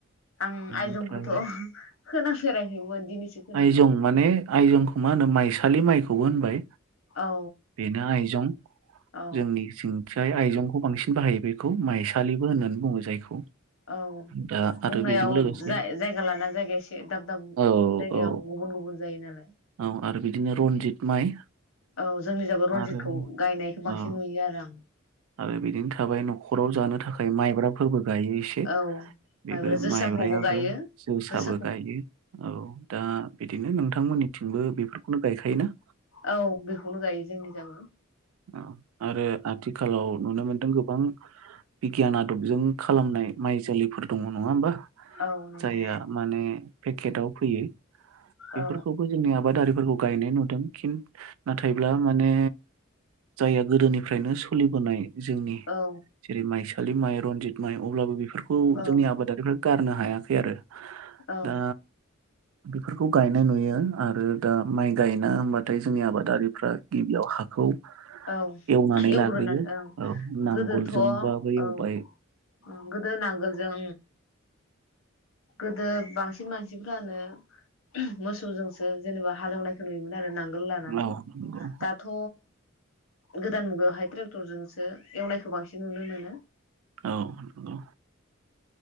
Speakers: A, on the left; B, on the right.
A: आं आयजंखौथ'
B: ओमफ्राय
A: खोनाफेराखैमोन दिनैसो खोनाबाय
B: आइजं माने आइजंखौ मा होनो माइसालि माइखौबो होनबाय
A: औ
B: बेनो आइजं
A: औ
B: जोंनिथिं। फ्राय आइजंखौ बांसिन बाहायो बेखौ माइ सालिबो होननानै बुङो जायखौ।
A: औ
B: दा आरो
A: बुंनायाव
B: बेजों लोगोसे
A: जाय जायगा लाना जायगा एसे दाब दाब
B: औ
A: जायगायाव
B: औ
A: गुबुन गुबुन जायो नालाय।
B: औ आरो बिदिनो रनजित माइ
A: औ जोंनि जायगायाव रनजितखौ
B: आरो
A: गायनायखौ
B: औ
A: बांसिन नुयो आरो आं।
B: आरो बिदिनो थाबाय न'खराव जानो थाखाय माइब्राफोरबो गायो एसे
A: औ
B: बेबो
A: माइब्रा जोसाखौबो
B: माइब्रायाबो
A: गायो
B: जोसाबो
A: जोसाखौ
B: गायो औ दा बिदिनो नोंथांमोननिथिंबो बेफ बेखौनो गायखायोना।
A: औ बेखौनो गायो जोंनि <unintelligible> जायगायावबो।
B: अ आरो आथिखालाव नुनो मोनदों गोबां बिगियान आदबजों खालामनाय माइ जोलैफोर दङ नङा होमबा?
A: औ नंगौ
B: जाय आ माने पेकेटाव फोयो बेफोरखौबो
A: औ
B: जोंनि आबादारि फोरखौ गायनाय नुदों खिन नाथायब्ला माने जाया गोदोनिफ्रायनो सलि बोनाय जोंनि
A: औ
B: जेरै माइ सालि माइ रनजि माइ अब्लाबो बे फोरखौ
A: औ
B: जोंनि आबादारिफ्रा गारनो हायाखै आरो।
A: औ
B: दा बेफोरखौ गायनाय नुयो आरो दा माइ गायनो होनबाथाय जोंनि आबादारिफ्रा गिबियाव हाखौ
A: औ एव
B: एवनानै
A: <unintelligible>
B: लाग्रोयो
A: औ
B: नांगोलजोंबाबो
A: गोदोथ' औ
B: एवबाय
A: ओं गोदो नांगोलजों गोदो बांसिन बांसिन मानसिफ्रानो मोसौजोंसो जेनेबा हालेवनायखौ नुयोमोन। आरो नांगोल लानानै
B: औ नंगौ
A: दाथ' गोदान मुगायावहाय ट्रेक्टरजोंसो एवनायखौ बांसिन नुनो मोनो।
B: औ नंगौ।